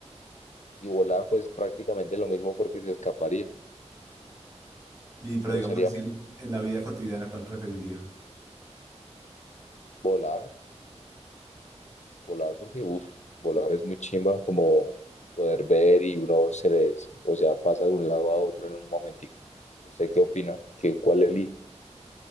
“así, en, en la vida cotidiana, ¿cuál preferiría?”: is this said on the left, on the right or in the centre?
Right